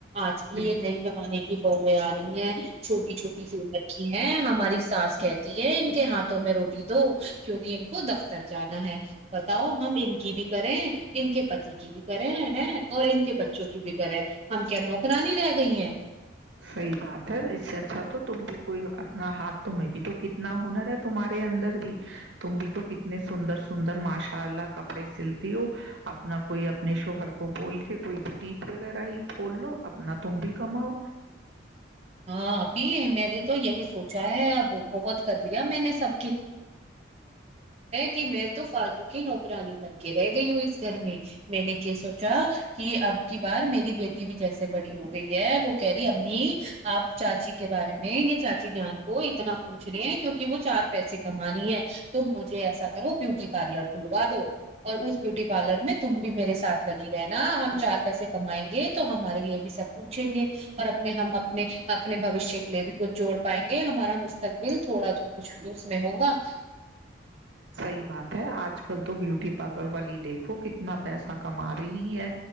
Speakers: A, on the right; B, on the right.
A: آج کی
B: بالکل
A: یہ نہیں زمانے کی بیں آ رہی ہیں چھوٹی چھوٹی سیمکھی ہیں ہماری ساس کہتی ہے ان کے ہاتھوں میں روٹی دو کیوںکہ ان کو د اتر جانا ہے بتاؤ ہم ان کی بھی کریں ان کے پتی کی بھی کریں ہیں اور ان کے بچوں کی بھی کریں ہم کیا نوکرانی رہ گئی ہیں
B: صحیح بات ہے اس سے اچھا تو تم بھی کوئی اپنا ہاتھ تہیں بھی تو کتنا ہنر ہے تمہارے اندر بھی تم بھی تو کتنے سندر سندر ماشاء اللہ کپڑے سلتی ہو اپنا کوئی اپنے شوہر کو بول کے کوئی بوٹیک وغیرہ ہی کھول لو اپنا تم بھی کماؤ
A: ہاں ابھی میں نے تو یہی سوچا ہے اب بہت کر لیا میں نے سب کی مل تو فالتوک ہی ن ہوگ پرانی من کے رہ گئی ہو اس گھر میں میں نے کیا سوچا کہ اب کی بار میری بیٹی بھی جیسے بڑی ہو گئی ہے وہ کہہ رہی انی آپ چاچی کے بارے میں چاچی جان کو اتنا پوچھ رہے ہیں کیوںکہ وہ چار پیسے کما رہی ہیں تم مجھے ایسا کرو بیوٹی پارلر کھلوا دو اور اس بیوٹی پارلر میں تم بھی میرے ساتھ لگی رہناا ہم چار پیسے کمائیں گے تو ہمارے لیے بھی سب پوچھیں گے اور اپنے ہم اپ اپنے بوشیہ کے لیے بھی کچھ جوڑ پائیں گے ہمارا مستقبل تھوڑا تو کچھ بھی اس میں ہوگا
B: سحیح بات ہے آج کل تو بیوٹی پارلر والی دیکھو کتنا پیسہ کما رہی ہے